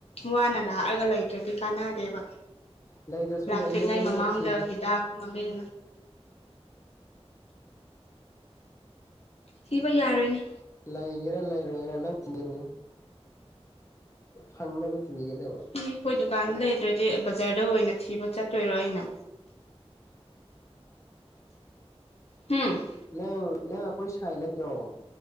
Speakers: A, on the left (about 70°); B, on the left (about 30°).
A: ꯋꯥꯅ ꯂꯥꯛꯑꯒ ꯂꯩꯇ꯭ꯔꯗꯤ ꯀꯥꯟꯅꯗꯦꯕ
B: ꯂꯩꯗ꯭ꯔꯁꯨ
A: ꯂꯥꯛꯇ꯭ꯔꯤꯉꯩ
B: ꯂꯩꯅꯕ ꯅꯪꯅ
A: ꯃꯃꯥꯡꯗ
B: ꯊꯤ
A: ꯍꯤꯗꯥꯛ ꯃꯃꯤꯡ ꯊꯤꯕ ꯌꯥꯔꯣꯏꯅꯦ
B: ꯂꯩꯒꯦꯔꯥ ꯂꯩꯔꯣꯏꯒꯦꯔꯥ ꯅꯪ ꯊꯤꯕꯤꯅꯨ ꯐꯪꯅꯕ ꯊꯤꯕꯤꯒꯗꯕ
A: ꯏ ꯑꯩꯈꯣꯏ ꯗꯨꯀꯥꯟꯗ ꯂꯩꯇ꯭ꯔꯗꯤ ꯕꯖꯥꯔꯗ ꯑꯣꯏꯅ ꯊꯤꯕ ꯆꯠꯇꯣꯏꯔꯣ ꯑꯩꯅ ꯍꯨꯝ
B: ꯅꯪ ꯅꯪ ꯑꯩꯈꯣꯏ ꯁꯥꯏ ꯅꯠꯇ꯭ꯔꯣ